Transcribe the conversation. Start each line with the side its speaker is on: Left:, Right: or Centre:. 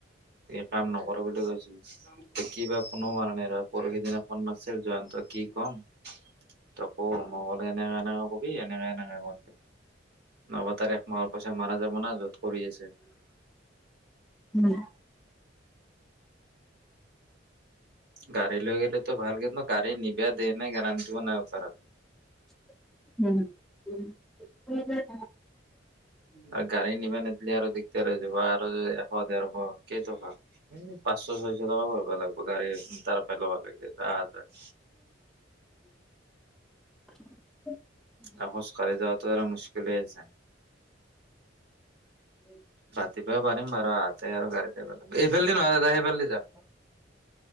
Right: এই', কাম নকৰো বুলি কৈছি। এ', কি, বা ফোনো মাৰা নাই ৰ', পৰহি দিনা ফোন মাৰছিল জয়ন্তই, কি ক'ম- তোক। ম' বোলো এনেকে কবি, এনেকে এনেকে কৈছে। নহব, তাৰ এক মাহৰ পইছা মাৰা যাব না য'ত কৰি আছে।
Centre: উম্‌',
Right: গাড়ী লৈ গেলেটো ভাল, কিন্তু গাড়ী নিবা দেই নে নাই গেৰাণ্টিও নাই ওপৰত।
Centre: উম্‌- উম্ - উম্ - উ
Right: আৰু গাড়ী নিবা নেদলি আৰু দিগদাৰ হৈ যাব আৰু যে এশ দেৰশ কেই টকা? পাঁচশ ছয়শ টকা ভৰ্‌ বা লাগব' গাড়ী- তাৰ পাই ল'ব লাগলি। তাৰয
Centre: <unintelligible>
Right: হ ', খোজ -কাঢ়ি যাৱাটো আৰু মুস্কিলেই আছে। ৰাতিপুৱা পাৰিম বাৰু আহাতে আৰু গাড়ীতে আহিবা লাগব',। এইফালদি নহয়, দাদা সেইফালদি যাওক।